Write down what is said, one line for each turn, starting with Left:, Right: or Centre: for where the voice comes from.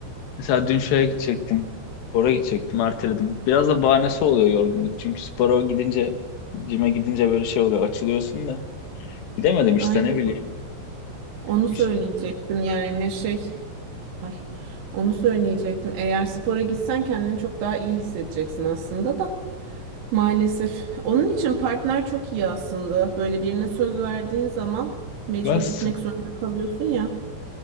Left: Mesela dün şeye gidecektim. Spora gidecektim, erteledim. Biraz da bahanesi oluyor yorgunluk. Çünkü spora gidince, cime gidince böyle şey oluyor. Açılıyorsun da. Gidemedim işte
Right: Aynen.
Left: ne bileyim.
Right: Onu
Left: İşte,
Right: söyleyecektim yani şey. Ay. Onu söyleyecektim. Eğer spora gitsen kendini çok daha iyi hissedeceksin aslında da. Maalesef. Onun için partner çok iyi aslında. Böyle birine söz verdiğin zaman mecbur
Left: bas.
Right: gitmek zorunda kalıyorsun ya.